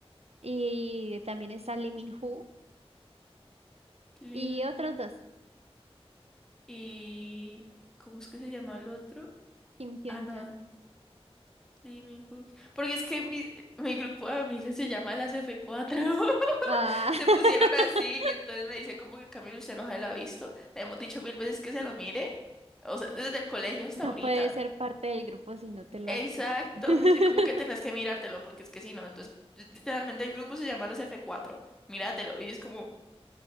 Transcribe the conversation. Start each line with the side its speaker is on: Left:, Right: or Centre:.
Right: Y también está Lee Min-ho
Centre: Lee
Right: y
Centre: Min-ho.
Right: otros dos,
Centre: Y ¿cómo es que se llama el otro?
Right: Kim Hyun-jong.
Centre: Ah, no, Lee Min-ho. Porque es que mi, mi grupo de amigas se llama las f cuatro <laughs>
Right: Ah. <laughs>
Centre: Se pusieron así y entonces me dice como que Camilo usted no se lo ha visto. Le hemos dicho mil veces que se lo mire. O sea, desde el colegio hasta
Right: No
Centre: ahorita.
Right: puedes ser parte del grupo si no te lo
Centre: Exacto,
Right: has visto. <laughs>
Centre: me dicen como que tenés que mirártelo porque es que si no, entonces literalmente el grupo se llama las F4. Míratelo. Y es como,